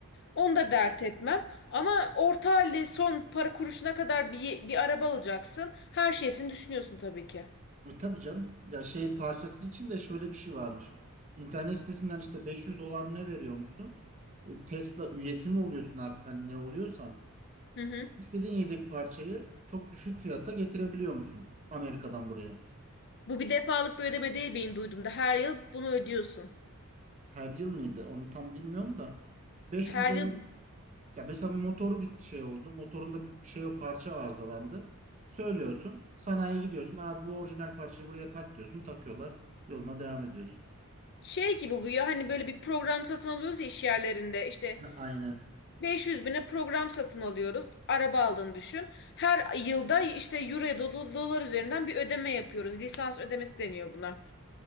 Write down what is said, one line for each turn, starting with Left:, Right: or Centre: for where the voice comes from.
Left: Onu da dert etmem. Ama orta halli son para kuruşuna kadar bir, bir araba alacaksın. Her şeysini düşünüyorsun tabii ki.
Right: E, tabii canım. Ya şey parçası için de şöyle bir şey varmış. İnternet sitesinden işte 500 dolar mı ne veriyormuşsun? E, Tesla üyesi mi oluyorsun artık hani ne oluyorsan?
Left: Hı hı.
Right: İstediğin yedek parçayı çok düşük fiyata getirebiliyor musun Amerika'dan buraya?
Left: Bu bir defalık bir ödeme değil benim duyduğumda. Her yıl bunu ödüyorsun.
Right: Her yıl mıydı? Onu tam bilmiyorum da. 500
Left: Her
Right: dolar.
Left: yıl
Right: Ya mesela bir motoru bir şey oldu. Motorunda bir şey o parça arızalandı. Söylüyorsun. Sanayiye gidiyorsun. Abi bu orijinal parçayı buraya tak diyorsun. Takıyorlar. Yoluna devam ediyorsun.
Left: şey gibi bu ya hani böyle bir program satın alıyoruz ya iş yerlerinde. İşte
Right: Ha, Aynen.
Left: 500 bine program satın alıyoruz. Araba aldığını düşün. Her yılda işte euro ya da do- dolar üzerinden bir ödeme yapıyoruz. Lisans ödemesi deniyor buna.